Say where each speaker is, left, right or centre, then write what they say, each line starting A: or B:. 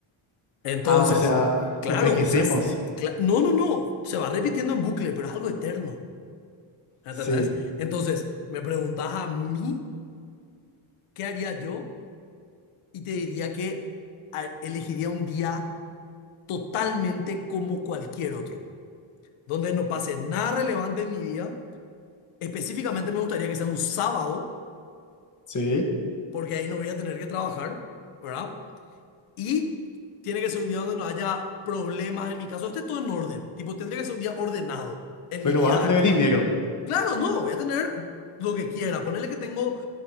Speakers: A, on the left; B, on the left.
A: Entonces,
B: Ah, o sea,
A: claro,
B: envejecemos.
A: o sea, s- cla- no, no, no. Se va repitiendo en bucle, pero es algo eterno. ¿Entendés?
B: Sí,
A: Entonces, me preguntás a mí qué haría yo. y te diría que a- elegiría un día totalmente como cualquier otro, donde no pase nada relevante en mi día. Específicamente me gustaría que sea un sábado,
B: sí.
A: porque ahí no voy a tener que trabajar, ¿verdad? Y tiene que ser un día donde no haya problemas en mi caso, esté todo en orden, tipo, tendría que ser un día ordenado en
B: Pero
A: mi vida
B: vas a tener
A: actual.
B: dinero.
A: Claro, no, voy a tener lo que quiera, ponerle que tengo